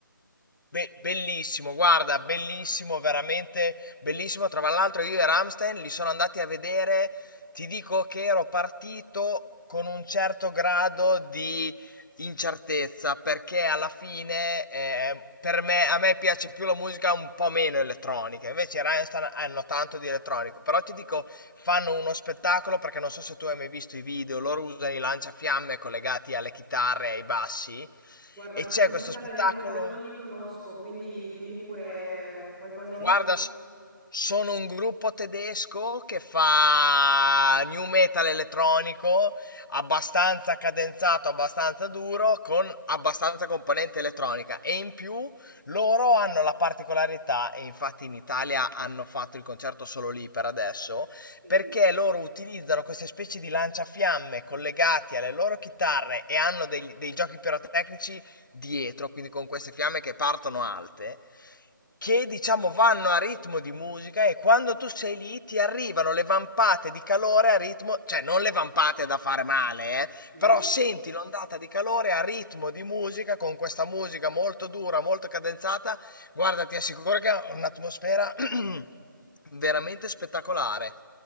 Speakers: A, on the left (about 65°); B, in the centre.
A: Be- bellissimo, guarda, bellissimo, veramente bellissimo. Tra l'altro io e Ramstein li sono andati a vedere, ti dico che ero partito con un certo grado di incertezza, perché alla fine eh, per me, a me piace più la musica un po' meno elettronica, invece i Rammstein hanno tanto di elettronico, però ti dico, fanno uno spettacolo perché non so se tu hai mai visto i video, loro usano i lanciafiamme collegati alle chitarre e ai bassi
B: Guarda,
A: e
B: ti
A: c'è
B: devo
A: questo
B: dire la
A: spettacolo...
B: verità, io non li conosco, quindi dimmi pure eh, qualcosa in
A: Guarda,
B: più.
A: s- sono un gruppo tedesco che fa new metal elettronico, abbastanza cadenzato, abbastanza duro, con abbastanza componente elettronica. E in più loro hanno la particolarità, e infatti in Italia hanno fatto il concerto solo lì per adesso,
B: Sì,
A: perché loro utilizzano queste specie di lanciafiamme collegati alle loro chitarre e hanno dei, dei giochi pirotecnici dietro, quindi con queste fiamme che partono alte che diciamo vanno a ritmo di musica e quando tu sei lì ti arrivano le vampate di calore a ritmo, cioè non le vampate da fare male, eh,
B: sì.
A: però senti l'ondata di calore a ritmo di musica con questa musica molto dura, molto cadenzata, guarda, ti assicuro che è un'atmosfera <clears throat> veramente spettacolare,